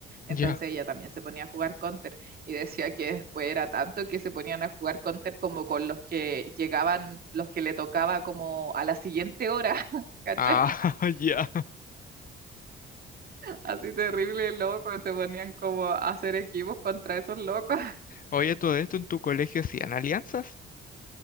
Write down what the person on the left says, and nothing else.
ya.
Ah, <laughs> ya.
Oye, todo esto en tu colegio hacían alianzas.